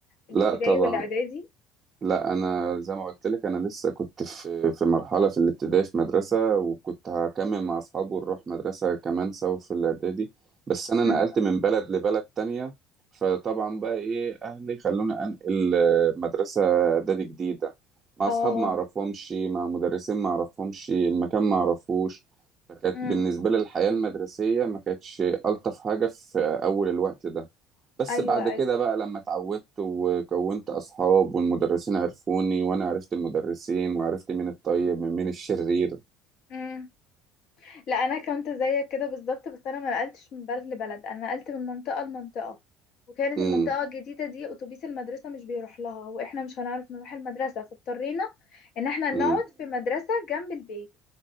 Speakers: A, on the left (about 55°); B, on the right (about 30°).
A: الابتدائي
B: لا طبعا
A: والاعدادي
B: لا انا زي ما قلت لك انا لسه كنت في في مرحله في الابتدائي في مدرسه وكنت هكمل مع اصحابي ونروح مدرسه كمان سوا في الاعدادي بس انا
A: مم.
B: نقلت من بلد لبلد تانية فطبعا بقى ايه اهلي خلوني انقل آه، مدرسه اعدادي جديده مع
A: اه
B: اصحاب ما اعرفهمش مع مدرسين ما اعرفهمش المكان ما اعرفوش فكانت
A: امم
B: بالنسبه لي الحياه المدرسيه ما كانتش الطف حاجه في اول الوقت ده بس
A: ايوه
B: بعد
A: ايوه
B: كده بقى لما اتعودت وكونت أصحاب والمدرسين عرفوني وأنا عرفت المدرسين وعرفت مين الطيب من مين الشرير
A: امم لا انا كنت زيك كده بالظبط بس انا ما نقلتش من بلد لبلد انا نقلت من منطقة لمنطقة وكانت
B: امم
A: المنطقة الجديدة دي أتوبيس المدرسة مش بيروح لها وإحنا مش هنعرف نروح المدرسة فاضطرينا إن إحنا نقعد
B: امم
A: في مدرسة جنب البيت